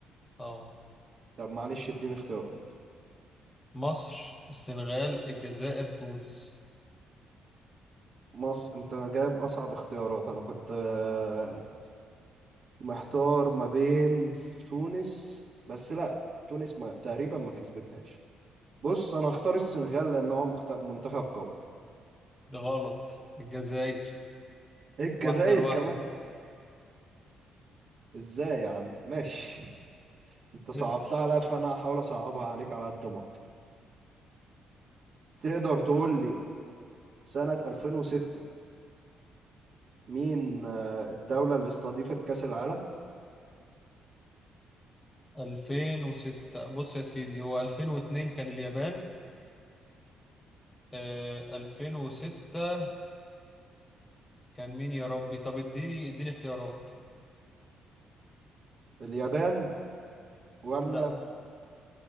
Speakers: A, on the left; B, on the right.
A: اه
B: طب معلش اديني اختيارات
A: مصر السنغال الجزائر تونس
B: مصر انت جايب اصعب اختيارات انا كنت آه، محتار ما بين تونس بس لا تونس ما تقريبا ما كسبتهاش بص انا هختار السنغال لان هو مخت... منتخب قوي
A: ده غلط الجزائر
B: الجزائر
A: واحدة لواحدة
B: كمان ازاي يا عم ماشي انت صعبتها
A: اسأل
B: عليا فانا هحاول اصعبها عليك على قد ما اقدر تقدر تقول لي سنة 2006 مين آه، الدولة اللي استضيفت كأس العالم
A: 2006 بص يا سيدي هو 2002 كان اليابان آه 2006 كان مين يا ربي طب اديني اديني اختيارات
B: اليابان ولا
A: لا